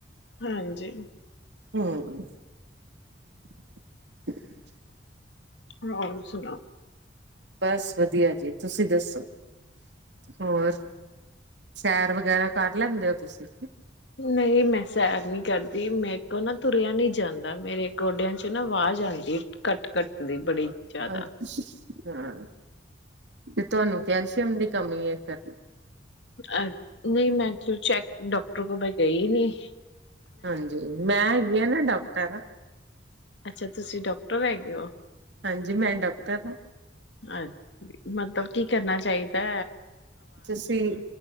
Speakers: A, on the left; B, on the right.
A: ਹਾਂਜੀ
B: ਹਮ <inaudible>
A: ਹੋਰ ਸੁਨਾ
B: ਬਸ ਵਧੀਆ ਜੀ ਤੁਸੀਂ ਦੱਸੋ ਹੋਰ ਸੈਰ ਵਗੈਰਾ ਕਰ ਲੈਂਦੇ ਹੋ ਤੁਸੀਂ
A: ਨਹੀਂ ਮੈਂ ਸੈਰ ਨੀ ਕਰਦੀ ਮੇਰੇ ਕੋਲ ਨਾ ਤੁਰਿਆ ਨਹੀ ਜਾਂਦਾ ਮੇਰੇ ਗੋਡਿਆਂ ਚ ਨਾ ਵਾਜ ਆਦੀ ਕੱਟ ਕੱਟ ਦੀ ਬੜੀ ਜ਼ਿਆਦਾ
B: ਅੱਛ ਹਾਂ ਤੇ ਤੁਹਾਨੂੰ ਕੈਲਸ਼ੀਅਮ ਦੀ ਕਮੀ ਏ ਫੇਰ
A: ਅ ਨਹੀਂ ਮੈਂ ਚੈੱਕ ਡਾਕਟਰ ਕੋ ਮੈਂ ਗਈ ਨਹੀਂ
B: ਹਾਂਜੀ ਮੈਂ ਹੈਗੀ ਆ ਨਾ ਡਾਕਟਰ
A: ਅੱਛਾ ਤੁਸੀਂ ਡਾਕਟਰ ਹੈਗੇ ਹੋ
B: ਹਾਂਜੀ ਮੈਂ ਡਾਕਟਰ ਹਾਂ
A: ਅੱ ਮਤਲਬ ਕੀ ਕਰਨਾ ਚਾਹੀਦੈ
B: ਤੁਸੀਂ